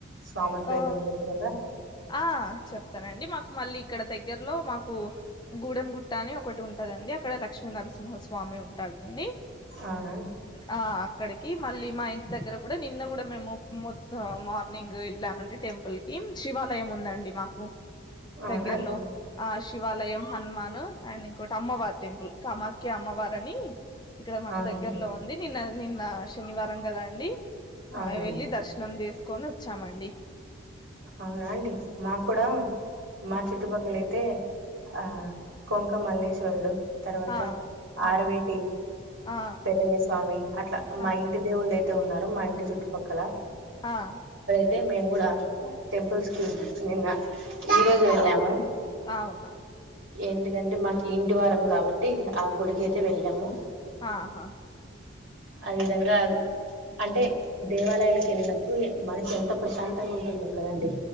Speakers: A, on the right (about 75°); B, on the left (about 20°).
A: స్వాముల పేర్లేమైన
B: ఓ
A: చెప్పగలరా
B: ఆ చెప్తానండి మాకు మళ్ళీ ఇక్కడ దగ్గరలో మాకు గూడెం గుట్ట అని ఒకటి ఉంటదండి అక్కడ లక్ష్మీ నరసింహస్వామి ఉన్ టాడండి
A: అవునా అండి?
B: ఆ ఇక్కడికి మళ్ళీ మా ఇంటి దగ్గర కూడా నిన్న కూడా మేము మొత్త మార్నింగ్ వెళ్ళామండి టెంపుల్కి శివాలయం ఉందండి మాకు
A: అవునా
B: దగ్గర్లో
A: అండి?
B: ఆ శి శివాలయం హనుమాన్ అండ్ ఇంకోటి అమ్మవార్ టెంపుల్ కామాఖ్య అమ్మవార అని ఇక్కడ మాకు
A: అవునా
B: దగ్గరలో
A: అండి?
B: ఉంది నిన్న నిన్న శనివారం కదా అండి
A: అవునులెండి.
B: అ వెళ్ళి దర్శనం చేస్ కొనొచ్చామండి
A: అవునా అండి మాకు కూడా మా
B: ఆ
A: చుట్టుపక్కల తే ఆ కొంక్ ఒక మల్లీశ్వరుడు తర్వాత
B: ఆ
A: ఆరవేటి
B: ఆ ఆ
A: పెదయ్యస్వామి అట్లా
B: ఆ
A: మా ఇంటి దేవుళ్ళు <inaudible> అంతే ఉన్నారు. మా ఇంటి చుట్టుపక్కల
B: ఆ
A: అంతే మేము కూడా టెంపుల్స్ కి నిన్న
B: ఆ
A: ఈ రోజు వెళ్ళాము.
B: ఆ అవునా
A: ఎందుకంటే మాకు ఇంటి వారం, కాబట్టి ఆ గుడికైతే వెళ్ళాము
B: ఆహా
A: ఆ విధంగా అంటే దేవాలయాల్ తిన్నప్పుడు మనసు ఎంతో ప్రశాంతంగా ఉంటుందో కదండి